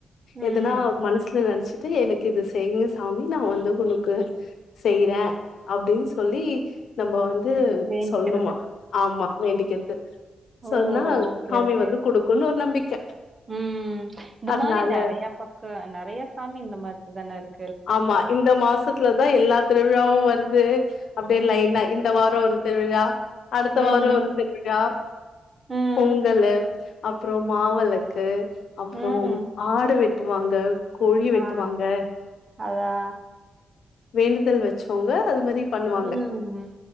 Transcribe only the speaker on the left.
எதனா மனசுல நெனச்சு எனக்கு இது செய்ங்க சாமி நா வந்து உனக்கு செய்றே அப்டின் சொல்லி நம்ம வந்து
சொல்னுமா ஆமா வேண்டிக்றது சொன்னா
சாமி
வந்து குடுக்குன்னு ஒரு நம்பிக்க
அதனால
ஆமா இந்த மாசத்துல தா எல்லா திருவிழாவு வருது அப்டியே
லைன்னா இந்த வாரோ ஒரு திருவிழா அடுத்த
வாரோ
ஒரு திருவிழா
பொங்கலு அப்றோ மாவிளக்கு அப்றோம்
ஆடு வெட்டுவாங்க கோழி வெட்டுவாங்க
வேண்டுதல் வச்சோங்க அது மாரி பண்ணுவாங்க